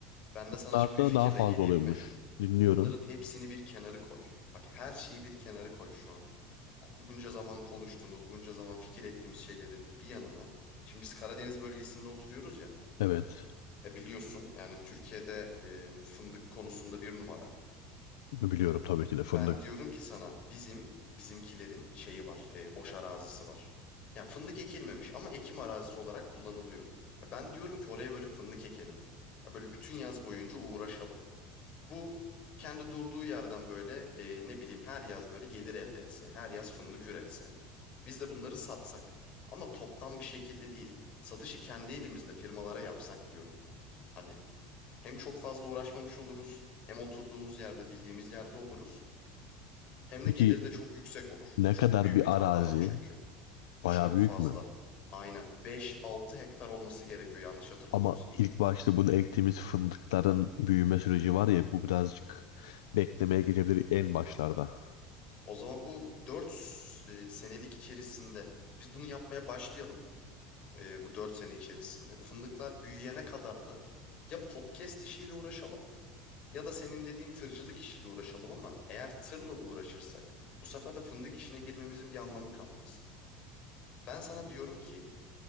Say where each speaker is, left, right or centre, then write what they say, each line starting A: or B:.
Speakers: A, on the left; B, on the left.
A: Ben de sana
B: bunlarda
A: şimdi bir fikirle
B: daha fazla
A: geleyim
B: oluyormuş.
A: mi?
B: Dinliyorum.
A: Bunların hepsini bir kenarı koy. Bak her şeyi bir kenarı koy şu an. Bu- bu Bunca zaman konuştuğumuz, bunca zaman fikir ettiğimiz şeylerin bir yanına. Şimdi biz Karadeniz bölgesinde oturuyoruz ya.
B: Evet.
A: E biliyorsun yani Türkiye'de e, fındık konusunda bir numara.
B: Biliyorum tabii ki de fındık.
A: Ben diyorum ki sana bizim bizimkilerin şeyi var, e, boş arazisi var. Ya fındık ekilmemiş ama ekim arazisi olarak kullanılıyor. Ya ben diyorum ki oraya böyle fındık ekelim. Ya böyle bütün yaz boyunca uğraşalım. Bu kendi durduğu yerden böyle e, ne bileyim her yaz böyle gelir elde etse, her yaz fındık üretse. Biz de bunları satsak ama toptan bir şekilde değil. Satışı kendi elimizle firmalara yapsak diyorum. Hani hem çok fazla uğraşmamış oluruz, hem oturduğumuz yerde bildiğimiz yerde oluruz, hem
B: Peki
A: de gelir de çok yüksek olur.
B: ne
A: Çok
B: kadar
A: büyük
B: bir
A: bir tarla
B: arazi?
A: var çünkü. Çok
B: Bayağı büyük
A: fazla.
B: mü?
A: Aynen beş altı hektar olması gerekiyor yanlış hatırlamıyorsam.
B: Ama ilk başta bunu ektiğimiz fındıkların büyüme süreci var ya bu birazcık beklemeye gelebilir en başlarda.
A: O zaman bu 4 e, senelik içerisinde biz bunu yapmaya başlayalım. e, bu 4 sene içerisinde. Fındıklar büyüyene kadar da ya podcast işiyle uğraşalım ya da senin dediğin tırcılık işiyle uğraşalım ama eğer tırla uğraşırsak bu sefer de fındık işine girmemizin bir anlamı kalmaz. Ben sana diyorum ki